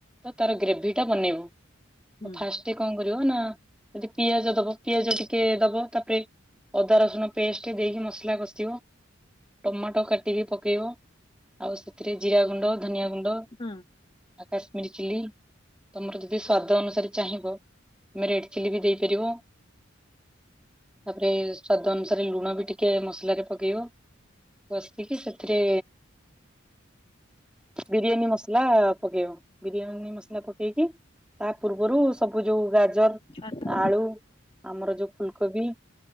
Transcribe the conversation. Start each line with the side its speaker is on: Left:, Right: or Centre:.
Centre: ତ ତାର ଗ୍ରେଭି ଟା ବନେଇବ
Left: ହୁଁ
Centre: ଫାଷ୍ଟ ଟିକେ କଣ କରିବ ନା ଯଦି ପିଆଜ ଦବ ପିଆଜ ଟିକେ ଦବ ତାପରେ ଅଦା ରସୁଣ ପେଷ୍ଟ ଦେଇକି ମସଲା କଷିବ। ଟମାଟୋ କାଟିକି ପକେଇବ ଆଉ ସେଥିରେ ଜିରା ଗୁଣ୍ଡ ଧନିଆ ଗୁଣ୍ଡ
Left: ହୁଁ
Centre: ଆ କାଶ୍ମିରି ଚିଲ୍ଲି ତମର ଯଦି ସ୍ଵାଦ ଅନୁସାରେ ଚାହିଁବ ତମେ ରେଡ ଚିଲି ବି ଦେଇପାରିବ। ତାପରେ ସ୍ଵାଦ ଅନୁସାରେ ଲୁଣ ବି ଟିକେ ମସଲାରେ ପକେଇବ। ବସିକି ସେଥିରେ ବିରିୟାନୀ ମସଲା ପକେଇବ ବିରିୟାନୀ ମସଲା ପକେଇକି ତା ପୂର୍ବରୁ ସବୁ ଯୋଉ ଗାଜର
Left: ଆଚ୍ଛା
Centre: ଆଳୁ ଆମର ଯୋଉ ଫୁଲକୋବି